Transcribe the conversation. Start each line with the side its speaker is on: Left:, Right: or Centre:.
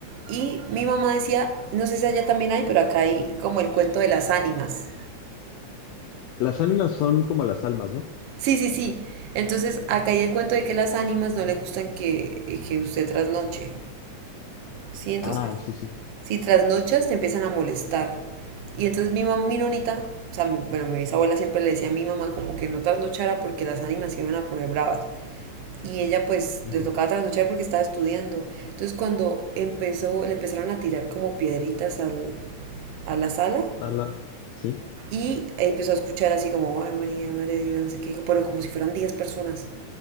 Right: Y mi mamá decía, no sé si allá también hay, pero acá hay como el cuento de las ánimas.
Left: Las ánimas son como las almas, ¿no?
Right: Sí, sí, sí. Entonces acá hay el cuento de que las ánimas no le gustan que, que usted trasnoche. Sí, entonces
Left: Ah, sí, sí.
Right: Si trasnochas, te empiezan a molestar. Y entonces mi mamá, mi nonita, o sea, mi- bueno, mi bisabuela siempre le decía a mi mamá como que no trasnochara porque las ánimas se iban a poner bravas. Y ella pues
Left: Ujú.
Right: le tocaba trasnochar porque estaba estudiando. Entonces cuando empezó, le empezaron a tirar como piedritas al, a la sala
Left: Ala, Sí.
Right: y empezó a escuchar así como, ay María, Madre de Dios, no sé qué, pero como si fueran 10 personas